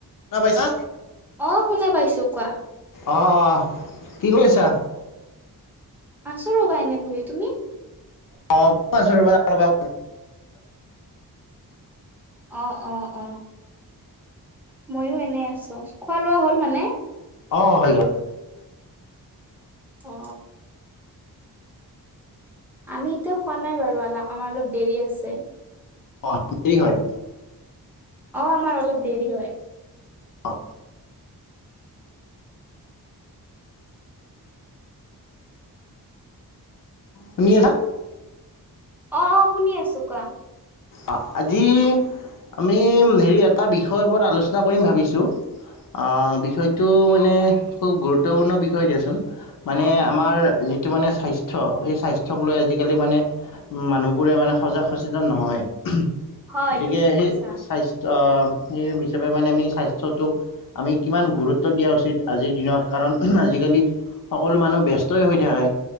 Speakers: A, on the left; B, in the centre.
A: শুনা পাইছা।
B: অ শুনা পাইছো কোৱা।
A: অ অ কি কৰিছা?
B: আছো ৰ'বা এনে বহি তুমি
A: অ ৰবা চোন ৰবা ৰবা
B: অ অ অ মইও এনে আছো খোৱা লোৱা হ'ল মানে।
A: অ হৈ গল।
B: অ আমি এতিয়া খোৱা নাই বাৰু আমাৰ অলপ দেৰি আছে।
A: অ ঠিক হয়।
B: অ আমাৰ অলপ দেৰি হয়।
A: অ তুমিয়ে এ‌কা
B: অ অ শুনি আছো কোৱা।
A: অ আজি আমি হেৰি এটা বিষয়ৰ ওপৰত আলোচনা কৰিম ভাবিছো। অ বিষয়টো মানে খুব গুৰুত্বপূৰ্ণ বিষয় দিয়াচোন মানে
B: অ অ
A: আমাৰ যিটো মানে স্বাস্থ্য, সেই স্বাস্থ্যক লৈ আজিকালি মানে মানুহবোৰে মানে সজাগ সচেতন নহয়,
B: হয়
A: গতিকে
B: এইটো ঠিক
A: সেই
B: কৈছা
A: স্বাস্থ্য সেই হিচাপে মানে আমি স্বাস্থ্যটোক আমি কিমান গুৰুত্ব দিয়া উচিত। আজিৰ দিনত কাৰণ আজিকালি সকলো মানুহ ব্যস্তই হৈ থাকে।